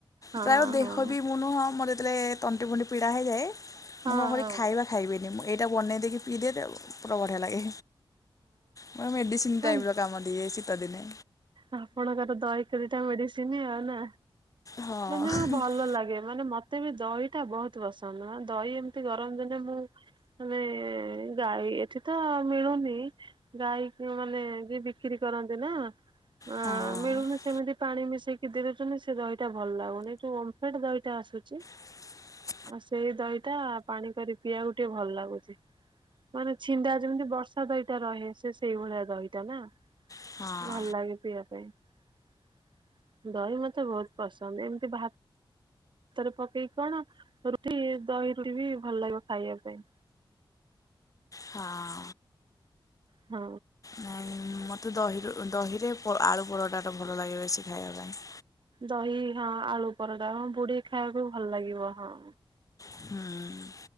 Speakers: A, on the right; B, on the left.
A: ହଁ
B: ପ୍ରାୟ ଦେହ
A: ହଁ
B: ବି ମୁଁ ନୁହଁ ମୋରେ ଯେତେବେଳେ ତଣ୍ଟି ପଣ୍ଟି ପିଡ଼ା ହେଇଯାଏ
A: ହଁ
B: ମୁଁ କଣ କରି
A: ହଁ।
B: ଖାଇବା ଖାଇବେନି ମୁଁ ଏଇଟା ବନେଇ ଦେଇକି ପିଇଦିଏ ପୁରା ବଢ଼ିଆ ଲାଗେ ମର ମେଡ଼ିସିନ୍ ଟାଇପର
A: ହଁ
B: କାମ ଦିଏ ଶୀତଦିନେ।
A: ଆପଣଙ୍କର ଦହି ତିନିଟା ମେଡିସିନ ଆଉ ନା।
B: ହଁ।
A: ମାନେ
B: ହଁ
A: ଭଲ ଲାଗେ ମାନେ ମତ୍ ତେବି ଦହିଟା ବହୁତ ପସନ୍ଦ ଦହି ଏମିତି ଗରମ ଦିନେ ମୁଁ ମାନେ ଗାଈ ଏଠି ତ ମିଳୁନି। ଗାଈ ଘିଅ ମାନେ ଯିଏ ବିକ୍ରି କରନ୍ତି ନା ଆ
B: ହୁଁ
A: ମିଳୁନ ସେମିତି ପାଣି ମିଶେଇକି ଦେଇ ଦଉଛନ୍ତି ସେ ଦହିଟା ଭଲ ଲାଗୁନି ଯୋଉ ଓମ୍ଫେଡ ଦହିଟା ଆସୁଛି।
B: <inaudible>
A: ଆଉ ସେଇ ଦହିଟା ପାଣି କରି ପିଇବାକୁ ଟିକେ ଭଲ ଲାଗୁଛି ମାନେ ଛିଣ୍ଡା ଯେମିତି ବର୍ଷା ଦଇ ରହେ ସେ ସେଇଭଳିଆ ଦହିଟା ନା।
B: ହଁ।
A: ଭଲ ଲାଗେ ପିଇବା ପାଇଁ ଦହି ମତେ ବହୁତ ପସନ୍ଦ ଏମିତି ଭା ତରେ ପକେଇକି କଣ ରୁଟି ଦହି ରୁଟି ବି ଭଲ ଲାଗିବ ଖାଇବା ପାଇଁ।
B: ହଁ।
A: ହଁ।
B: ନାଇଁ ମୋତେ ଦହିରୁ ଦହିରେ ଆଳୁ ପରଟାଟା ଭଲ ଲାଗେ ବେଶୀ ଖାଇବା ପାଇଁ
A: ଦହି ହଁ ଆଳୁ ପରଟା ହଁ ବୁଢେଇକି ଖାଇବାକୁ ଭଲ ଲାଗିବ ହଁ।
B: ହଁ।